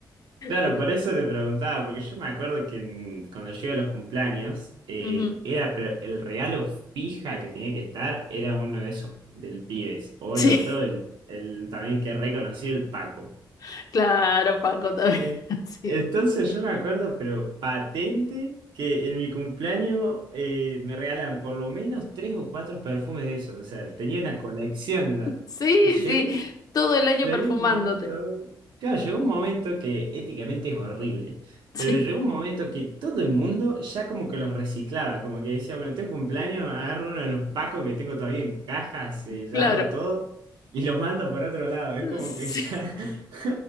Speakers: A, on the right (about 80°); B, on the left (about 50°).
A: claro,
B: Pero,
A: por eso te preguntaba, porque yo me acuerdo que en- cuando yo iba a los cumpleaños, eh,
B: ujú.
A: era pero el regalo fija que tenía que estar, era uno de esos del Pibes, o
B: Sí,
A: el otro, el, el también que es reconocido, el Paco.
B: <laughs> claro, Paco también.
A: En-
B: <laughs> Sí.
A: Entonces yo me acuerdo, pero patente, que en mi cumpleaños eh, me regalan por lo menos tres o cuatro perfumes de esos. O sea, tenía una colección ya.
B: Sí,
A: Y llegó,
B: sí,
A: un-
B: todo el año
A: llegó
B: perfumándote.
A: un momento,
B: <laughs>
A: claro, llegó un momento que éticamente es horrible,
B: Sí,
A: pero llegó un momento que todo el mundo ya como que los reciclaba, como que decía, bueno, tengo cumpleaños, agarro uno de los pacos que tengo todavía en caja, sellado,
B: claro.
A: todo, y los mando para otro lado. Es como
B: Sí.
A: que ya, <laughs>